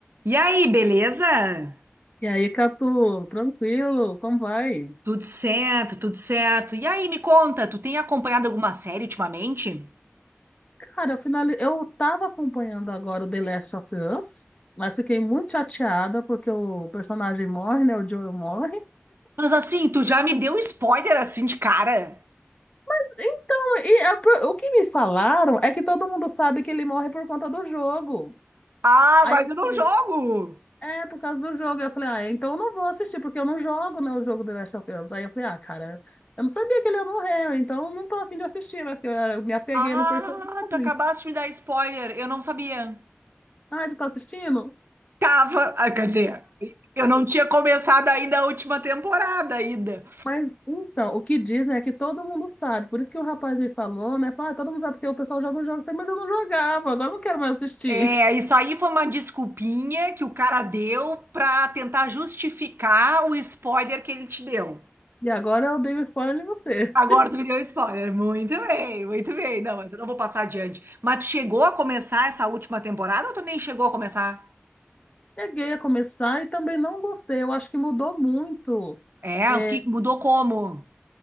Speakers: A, on the right; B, on the left.
A: E aí, beleza?
B: E aí, Catu, tranquilo, como vai?
A: Tudo certo, tudo certo. E aí, me conta, tu tem acompanhado alguma série ultimamente?
B: Cara, eu, finali... eu tava acompanhando agora o The Last of Us, mas fiquei muito chateada porque o personagem morre, né? O Joel morre.
A: Mas assim, tu já me deu um spoiler assim de cara.
B: Mas então, e a pro- o que me falaram é que todo mundo sabe que ele morre por conta do jogo.
A: Ah,
B: Aí
A: mas
B: eu
A: eu não
B: falei,
A: jogo.
B: é, por causa do jogo. Aí Eu falei, ah, então eu não vou assistir, porque eu não jogo, né, o jogo The Last of Us. Aí eu falei, ah, cara, eu não sabia que ele ia morrer, então eu não tô afim de assistir, né? Porque eu eu me apeguei
A: Ah,
B: no personagem.
A: tu acabaste de me dar spoiler, eu não sabia.
B: Ah, você tá assistindo?
A: Tava, ah, quer dizer, eu não tinha começado ainda a última temporada ainda.
B: Mas então, o que dizem é que todo mundo sabe. Por isso que o rapaz me falou, né? Falou, ah, todo mundo sabe porque o pessoal joga um jogo. Eu falei, mas eu não jogava, agora eu não quero mais assistir.
A: É, isso aí foi uma desculpinha que o cara deu pra tentar justificar o spoiler que ele te deu.
B: E agora eu dei o spoiler em você.
A: Agora tu me deu spoiler. Muito bem, muito bem. Não, mas eu não vou passar adiante. Mas tu chegou a começar essa última temporada ou tu nem chegou a começar?
B: Peguei a começar e também não gostei. Eu acho que mudou muito.
A: É,
B: É,
A: o que mudou como?